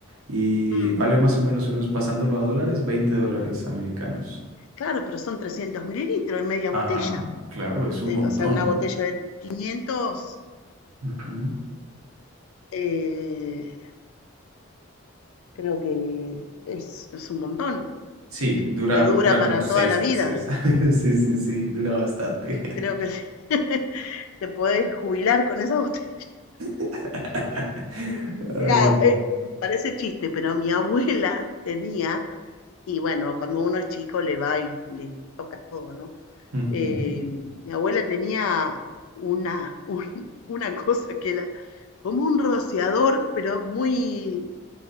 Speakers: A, on the right; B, on the left.
A: y
B: Mm.
A: vale más o menos unos, pasándolo a dólares, 20 dólares americanos.
B: Claro, pero son 300 mililitros en media
A: Ajá.
B: botella.
A: Claro, es un
B: De-
A: montón.
B: o sea, una botella de 500,
A: Ujú.
B: eh, creo que es, es un montón.
A: Sí, dura,
B: Te dura
A: dura
B: para
A: como seis
B: toda la
A: meses.
B: vida.
A: <laughs> Sí, sí, sí, dura bastante.
B: Creo que <laughs> te podés jubilar con esa <laughs> botella.
A: <laughs> Ay,
B: Mira,
A: no.
B: parece chiste, pero mi abuela tenía, y bueno, cuando uno es chico le va y le toca todo, ¿no?
A: Ujú,
B: eh, mi abuela tenía una, un- <laughs> una cosa que era como un rociador, pero muy